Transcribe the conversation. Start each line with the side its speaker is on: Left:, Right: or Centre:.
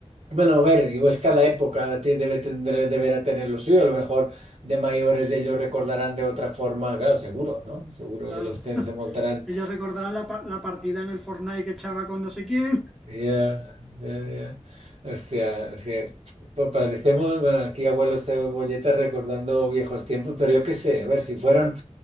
Right: bueno, a ver, igual es cada época ti- debe tener, deberá tener lo suyo. A lo mejor de mayores ellos recordarán de otra forma, claro, seguro, ¿no? Seguro
Centre: Claro,
Right: ellos te- se montarán
Centre: ellos recordarán la, pa- la partida en el Fortnite que echaba con no sé quién.
Right: Ya, ya, ya. Hostia, es que pa- parecemos, bueno, aquí abuelo cebolleta recordando viejos tiempos, pero yo qué sé, a ver, si fueron,